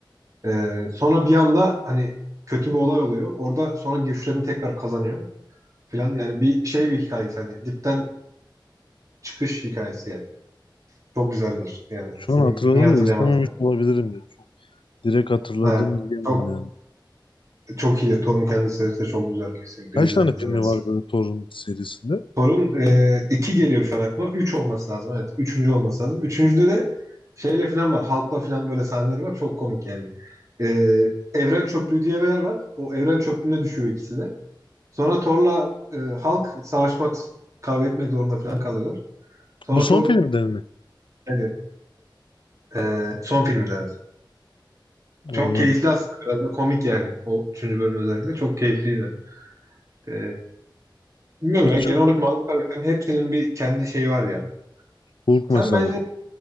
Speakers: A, on the right (about 40°); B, on the left (about 85°).
A: Ee, sonra bir anda hani kötü bir olay oluyor. Orada sonra güçlerini tekrar kazanıyor falan. Yani bir şey bir hikayesi hani dipten çıkış hikayesi yani. Çok güzeldir. Yani
B: Şu
A: o film
B: an hatırladım
A: niye hatırlayamadın
B: da izlememiş
A: sen?
B: olabilirim ya. Çok direkt hatırladım
A: Ha,
B: diyemem
A: çok,
B: yani.
A: çok iyi. Thor'un kendisi de çok güzel kesinlikle.
B: Kaç
A: İzle,
B: tane
A: izlemelisin.
B: filmi var böyle Thor'un serisinde?
A: Sorun e, 2 geliyor şu an aklıma. 3 olması lazım evet. Üçüncü olması lazım. Üçüncüde de şeyle falan var. Halkla falan böyle sahneleri var. Çok komik yani. E, Evren Çöplüğü diye bir yer var. O Evren Çöplüğü'ne düşüyor ikisi de. Sonra Thor'la e, Hulk savaşmak, kavga etmek zorunda falan kalıyorlar. Sonra
B: Bu son
A: Thor
B: filmde mi?
A: yani, e, son filmde evet.
B: Anladım.
A: Çok keyifli aslında. Biraz da komik yani. O üçüncü bölüm özellikle. Çok keyifliydi. E, bilmiyorum
B: Birçok
A: ya. Genel olarak Marvel karakterinin hepsinin bir kendi şeyi var ya.
B: Hulk
A: Sen
B: mesela.
A: bence